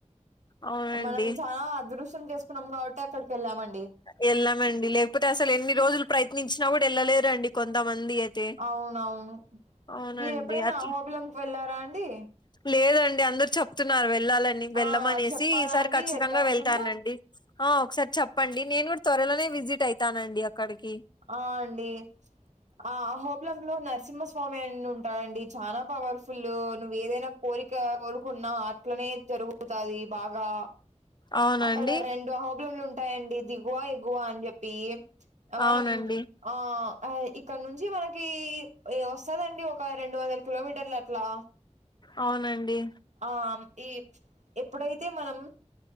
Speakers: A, on the left; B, on the right.
A: అవునండి
B: మనం చాలా అదృష్టం చేసుకున్నాం కాబట్టి అక్కడికి వెళ్ళామండి
A: వెళ్ళామండి లేకపోతే అసలు ఎన్ని రోజులు ప్రయత్నించినా కూడా వెళ్ళలేరండి కొంతమంది అయితే
B: అవును అవును
A: అవునండి
B: మీరు ఎప్పుడైనా
A: అట్లా
B: అహోబిలంకి వెళ్ళారా అండి.
A: లేదండి అందరు చెప్తున్నారు వెళ్ళాలని వెళ్ళమనేసి
B: ఆ చెప్పాలా
A: ఈసారి
B: అండి
A: ఖచ్చితంగా
B: ఎట్లా ఉంటుందో
A: వెళ్తానండి ఆ ఒకసారి చెప్పండి నేను కూడా త్వరలోనే విజిట్ అయితానండి. అక్కడికి
B: ఆ అండి ఆ అహోబిలంలో నర్సింహస్వామి అని ఉంటాడండి చానా పవర్ఫుల్ ఫుల్లు నువ్వు ఏదైనా కోరిక కోరుకున్నా అట్లనే జరుగుతాది బాగా
A: అవునండి
B: అక్కడ రెండు అహోబిలంలు ఉంటాయండి దిగువ ఎగువ అని చెప్పి మనం
A: అవునండి
B: ఆ ఆ ఇక్కడ నుంచి మనకి ఏ వస్తదండి ఒక రెండు వందల కిలోమీటర్లు అట్లా
A: అవునండి
B: ఆ ఈ ఎప్పుడైతే మనం